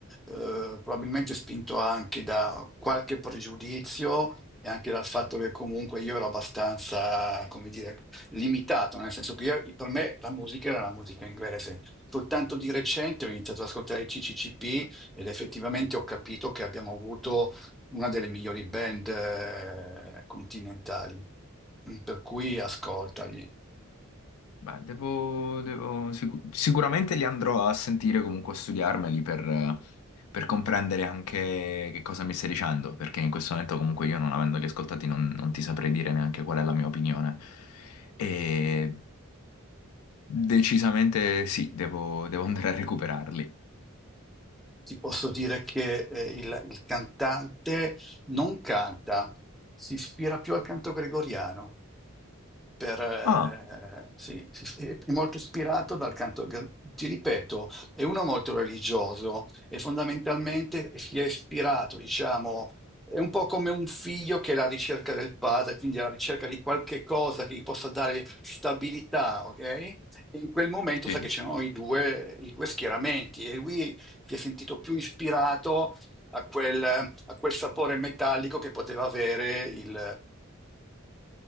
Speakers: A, in the centre; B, on the left.
A: eh, probabilmente spinto anche da qualche pregiudizio e anche dal fatto che comunque io ero abbastanza, come dire, limitato, nel senso che io- per me la musica era la musica inglese. Soltanto di recente ho iniziato ad ascoltare i CCCP ed effettivamente ho capito che abbiamo avuto una delle migliori band eh, continentali, mm, per cui ascoltagli.
B: Beh, devo, devo- sicu- sicuramente li andrò a sentire comunque a studiarmeli per, eh, per comprendere anche che cosa mi stai dicendo, perché in questo momento comunque io non avendoli ascoltati non, non ti saprei dire neanche qual è la mia opinione. E decisamente sì, devo, devo andare a recuperarli.
A: Ti posso dire che eh, il, il cantante non canta, si ispira più al canto gregoriano. per, eh,
B: Ah,
A: sì, sì, sì, è molto ispirato dal canto, gal- ti ripeto, è uno molto religioso e fondamentalmente si è ispirato, diciamo, è un po' come un figlio che è alla ricerca del padre, quindi alla ricerca di qualche cosa che gli possa dare stabilità, ok? E in quel momento
B: sì.
A: sa che c'erano i due, i due schieramenti e lui si è sentito più ispirato a quel, a quel sapore metallico che poteva avere il,